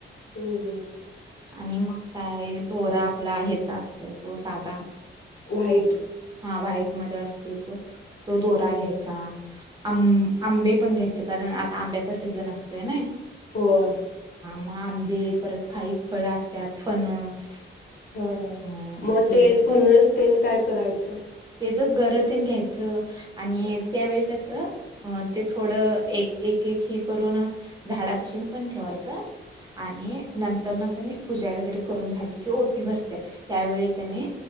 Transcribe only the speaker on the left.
हम्म हम्म
वाइट
हम्म
होय
हा हा
मग
ते फणस तेन काय करायचं?
ह